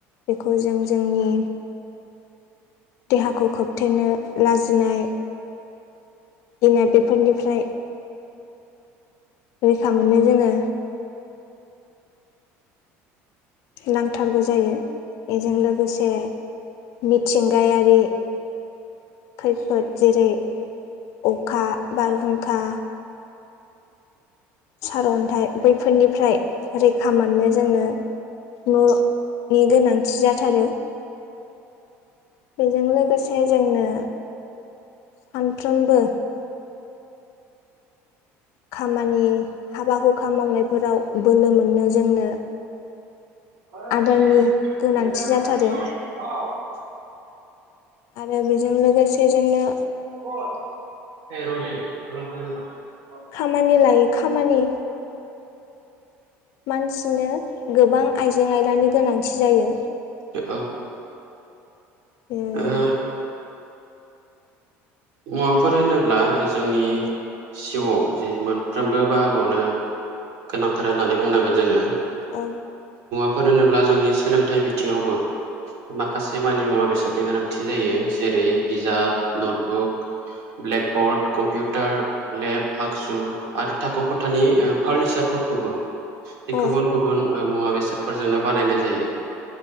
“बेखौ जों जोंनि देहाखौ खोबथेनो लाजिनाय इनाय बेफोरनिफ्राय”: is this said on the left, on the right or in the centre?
Left